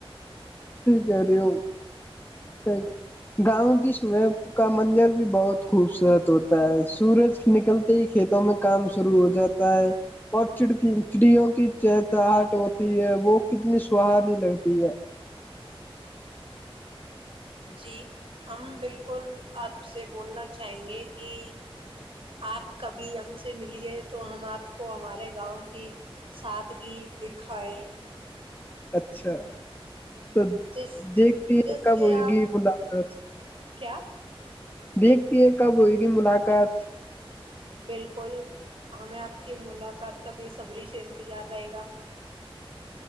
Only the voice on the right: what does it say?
جی ہم بالکل آپ سے بولنا چاہیں گے کہ آپ کبھی ہم سے ملیے تو ہم آپ کو ہمارے گاؤں کی سادگی دکھائے
جس
جس سے
آپ
کیا
بالکل ہمیں آپ کی ملاقات کا ب صبری سے انتظار رہے گا